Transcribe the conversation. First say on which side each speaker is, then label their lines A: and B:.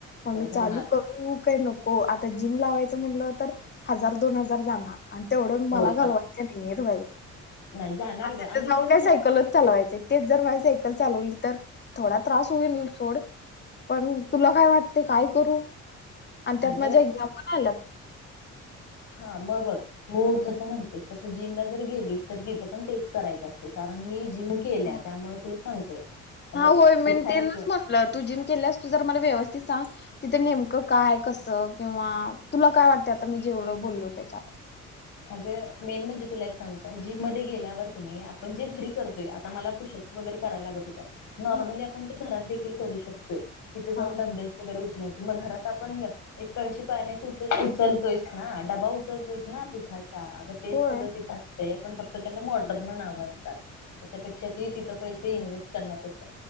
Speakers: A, on the left (about 35°); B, on the left (about 70°).
A: मग मी चालू
B: होणार
A: करू काय नको हो आता जिम लावायचं म्हटलं तर हजार दोन हजार जाणार आणि तेवढं मला
B: होय
A: घालवायचें
B: जा
A: नाही यत बाई
B: नाही जाणार
A: आता
B: ग
A: तिथे
B: आणि
A: जाऊन
B: जर
A: काय
B: तू
A: सायकलच चालवायचे तेच जर माझ <unintelligible> सायकल चालवली तर थोड त्रास होइल सोड पण तुला काय वाट ते काय करू आणि त्यात
B: अगं
A: माझ्या एक्झाम पण आल्यात
B: हा मग बघ तू जसं म्हणतीस तस जिमला जर गेलीस तर तिथं पण तेच करायचं असतय कारण मी जिम केल्या
A: हो
B: त्यामुळे तुला सांगतोय हे
A: हा
B: बघ
A: होय मी
B: उठायचं
A: न तेन म्हणल तु जीम केल्यास तू जरा मला व्यवस्थित ते सांग तिथं नेमकं काय कसं किंवा तुला काय वाटत आता मी जेवढं बोललो त्याच्यावर
B: अगं मेन म्हणजे तुला एक सांगू काय जीम मध्ये गेल्यावर क नाही आपण जे घरी करतोय आता मला पुश अप्स वगैरे करायला लागत होतं नाॅर्मली
A: ह
B: आपण ते घरात देखील करु शकतोय तिथं जाऊन
A: हा
B: डंबेल्स वैगैरे उचलायचं मग घरात आपण एक कळशी पाळण्याची उचलतोयच ना डबा उचलतोयस ना पिठाचा अग तेच
A: होय
B: सगळं तिथ असतय पण फक्त त्याला मॉडर्न नावं असतात त्याच्यापेक्षा त तिथं पैसे इन्व्हेस्ट करण्यापेक्षा